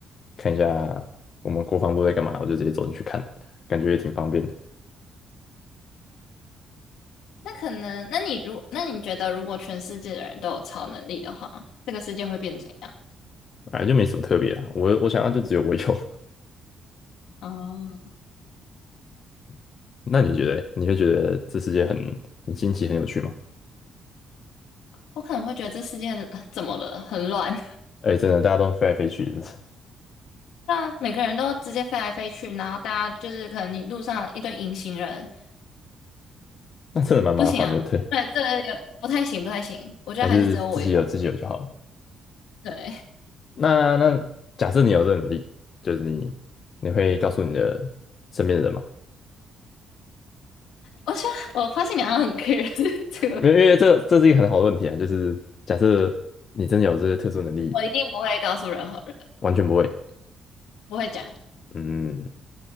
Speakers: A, on the left; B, on the left.
A: 看一下我们国防部在干嘛，我就直接走进去看，感觉也挺方便的。
B: 那可能，那你如那你觉得，如果全世界的人都有超能力的话，这个世界会变怎样？
A: 哎，就没什么特别啊。我我想要就只有我有。
B: 哦，
A: <laughs> 那你觉得欸你会觉得这世界很很新奇、很有趣吗？
B: 我可能会觉得这世界很 <laughs> 怎么了，很乱。
A: 哎，真的，大家都飞来飞去，<laughs>
B: <laughs> 那每个人都直接飞来飞去，然后大家就是可能你路上一堆隐形人，
A: 那真的蛮麻烦的。
B: 不行啊，
A: 对，
B: 对对对有不太行，不太行。我觉得还是只有我有
A: 还是自己有自己有就好了。
B: 对，
A: 那那假设你有这个能力，就是你你会告诉你的身边的人吗？
B: 我觉得我发现你好像很 care <laughs> 这这个，
A: 没有，因为这这是一个很好的问题啊。就是假设你真的有这些特殊能力，
B: 我一定不会告诉任何人，
A: 完全不会，
B: 不会讲。
A: 嗯，